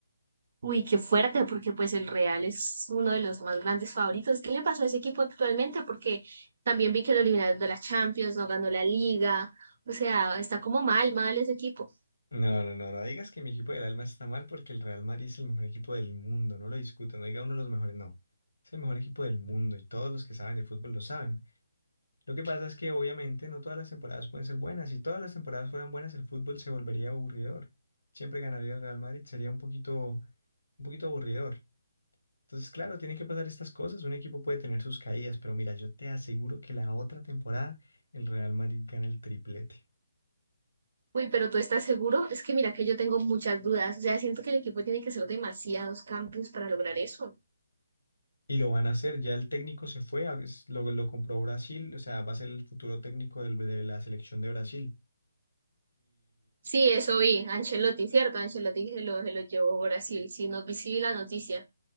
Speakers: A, on the right; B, on the left.
A: Uy, qué fuerte, porque pues el Real es uno de los más grandes favoritos. ¿Qué le pasó a ese equipo actualmente? Porque también vi que lo eliminaron de la Champions, no ganó la Liga. O sea, está como mal, mal ese equipo.
B: No, no, no, no digas que mi equipo del alma está mal porque el Real Madrid es el mejor equipo del mundo, no lo discuto, no diga uno de los mejores, no. Es el mejor equipo del mundo y todos los que saben de fútbol lo saben. Lo que pasa es que obviamente no todas las temporadas pueden ser buenas. Si todas las temporadas fueran buenas, el fútbol se volvería aburridor. Siempre ganaría el Real Madrid, sería un poquito, un poquito aburridor. Entonces, claro, tiene que pasar estas cosas. Un equipo puede tener sus caídas, pero mira, yo te aseguro que la otra temporada el Real Madrid gana el triplete.
A: Uy, pero ¿tú estás seguro? Es que mira que yo tengo muchas dudas. O sea, siento que el equipo tiene que hacer demasiados cambios para lograr eso.
B: Y lo van a hacer, ya el técnico se fue, a- es- lo, lo compró Brasil, o sea, va a ser el futuro técnico del- de la selección de Brasil.
A: Sí, eso vi. Ancelotti, ¿cierto? Ancelotti se lo, se lo llevó a Brasil. Sí, no vi sí vi la noticia.